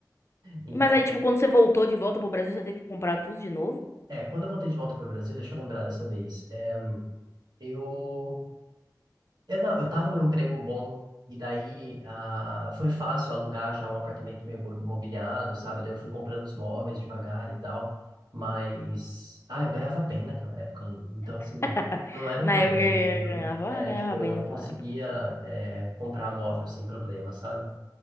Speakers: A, on the right; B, on the left.
A: Então,
B: Mas aí, tipo, quando você voltou de volta pro Brasil, você teve que comprar tudo de novo?
A: é, quando eu voltei de volta para o Brasil, deixa eu lembrar dessa vez. É, eu é não, eu tava num emprego bom, e daí ah, foi fácil alugar já um apartamento meio bo- mobiliado, sabe? Daí eu fui comprando os móveis devagar e tal, mas... Ah, eu ganhava bem naquela época, Lu. Então, assim,
B: <laughs>
A: não era um
B: Na
A: problema,
B: época eu
A: entendeu?
B: ganhava,
A: É,
B: ah, ganhava
A: tipo,
B: bem
A: eu
B: naquela
A: conseguia
B: época.
A: é, comprar móvel sem problema, sabe?